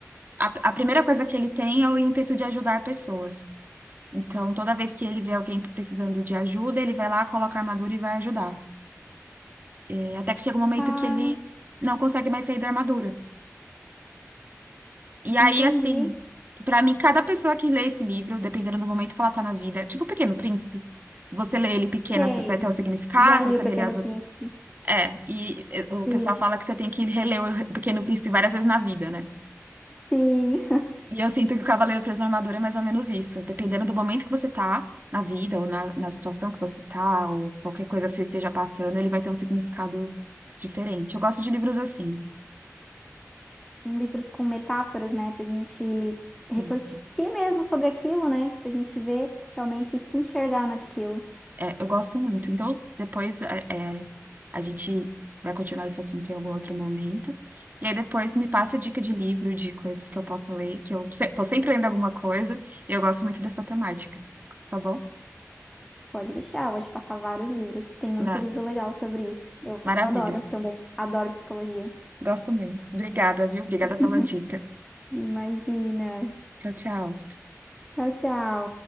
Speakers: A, on the right; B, in the centre.
A: A, a primeira coisa que ele tem é o ímpeto de ajudar pessoas. Então, toda vez que ele vê alguém precisando de ajuda, ele vai lá, coloca a armadura e vai ajudar. É, até que chega um momento
B: tá?
A: que ele não consegue mais sair da armadura. E aí,
B: Entendi.
A: assim, pra mim, cada pessoa que lê esse livro, dependendo do momento que ela tá na vida, tipo o Pequeno Príncipe. Se você lê ele pequena,
B: Sei.
A: vai ter um significado,
B: Já li
A: se você
B: O Pequeno
A: lê ele adulto.
B: Príncipe.
A: É, e eh, o
B: Sim,
A: pessoal fala que você tem que reler o Pequeno Príncipe várias vezes na vida, né?
B: sim.
A: E eu sinto que o Cavaleiro Preso na Armadura é mais ou menos isso. Dependendo do momento que você tá na vida, ou na, na situação que você tá, ou qualquer coisa que você esteja passando, ele vai ter um significado diferente. Eu gosto de livros assim.
B: <laughs> Livros com metáforas, né? Pra gente refletir
A: Isso.
B: mesmo sobre aquilo, né? Pra gente ver realmente e se enxergar naquilo.
A: É, eu gosto muito. Então, depois é, é, a gente vai continuar esse assunto em algum outro momento. E aí depois me passa dica de livro, de coisas que eu possa ler, que eu se- tô sempre lendo alguma coisa, e eu gosto muito dessa temática. Tá bom?
B: Pode deixar, eu vou te passar vários livros. Tem muito
A: Na-
B: livro legal sobre isso. Eu
A: Maravilha.
B: adoro também. Adoro psicologia.
A: Gosto muito. Obrigada, viu? Obrigada
B: <laughs>
A: pela dica.
B: Imagina.
A: Tchau, tchau.
B: Tchau, tchau.